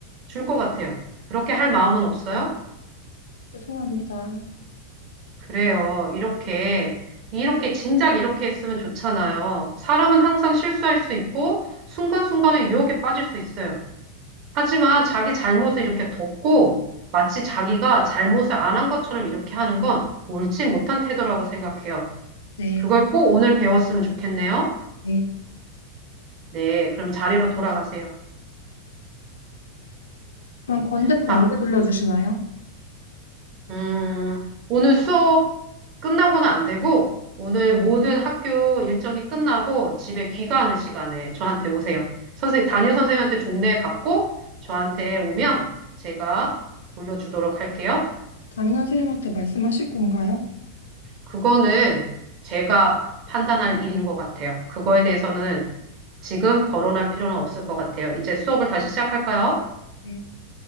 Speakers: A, on the right; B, on the left.
A: 줄 것 같아요. 그렇게 할 마음은 없어요?
B: 죄송합니다.
A: 그래요. 이렇게 이렇게 진작 이렇게 했으면 좋잖아요. 사람은 항상 실수할 수 있고 순간순간에 유혹에 빠질 수 있어요. 하지만 자기 잘못을 이렇게 덮고 마치 자기가 잘못을 안 한 것처럼 이렇게 하는 건 옳지 못한 태도라고 생각해요.
B: 네.
A: 그걸 꼭 오늘 배웠으면 좋겠네요.
B: 네.
A: 네, 그럼 자리로 돌아가세요.
B: 그럼
A: 네.
B: 건대포
A: 자,
B: 언제 돌려주시나요?
A: 음, 오늘 수업 끝나고는 안 되고, 오늘 모든 학교 일정이 끝나고 집에 귀가하는 시간에 저한테 오세요. 선생, 담임 선생님한테 종례 받고 저한테 오면 제가 돌려주도록 할게요.
B: 담임 선생님한테 말씀하실 건가요?
A: 그거는 제가 판단할 일인 것 같아요. 그거에 대해서는 지금 거론할 필요는 없을 것 같아요. 이제 수업을 다시 시작할까요?
B: 네.